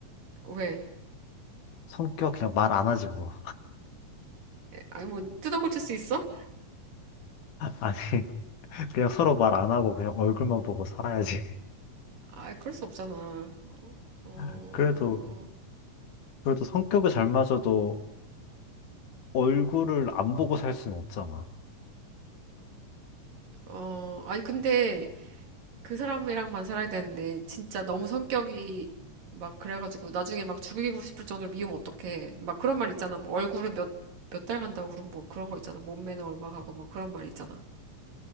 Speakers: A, on the right; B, on the left.
A: 왜?
B: 성격 그냥 말 안 하지 뭐. <laughs>
A: 아니, 뭐, 뜯어 고칠 수 있어?
B: 아니, 그냥 서로 말 안 하고 그냥 얼굴만 보고 살아야지.
A: 아, 그럴 수 없잖아. 어,
B: <laughs> 그래도, 그래도 성격이 잘 맞아도 얼굴을 안 보고 살 수는 없잖아.
A: 어, 아니, 근데 그 사람이랑만 살아야 되는데 진짜 너무 성격이 막 그래가지고 나중에 막 죽이고 싶을 정도로 미우면 어떡해. 막 그런 말 있잖아. 뭐 얼굴은 몇, 몇 달 간다고 그러고 뭐 그런 거 있잖아. 몸매는 얼마 가고 뭐 그런 말 있잖아.